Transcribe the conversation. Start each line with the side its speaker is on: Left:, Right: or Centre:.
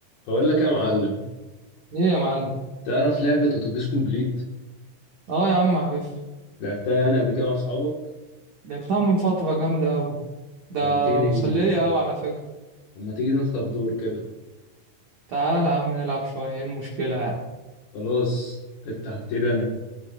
Left: بقول لك يا معلم
Right: ايه يا معلم
Left: تعرف لعبة اتوبيس كومبليت
Right: اه يا عم عارف
Left: لعبتها يعني قبل كده مع صحابك
Right: لعبتها من فترة جامدة أوي ده
Left: طب ما تيجي
Right: مسلية أوي على فكرة
Left: طب ما تيجي نخطف دور كده
Right: تعال يا عم نلعب شوية ايه المشكلة يعني
Left: خلاص افتح ابتدي انا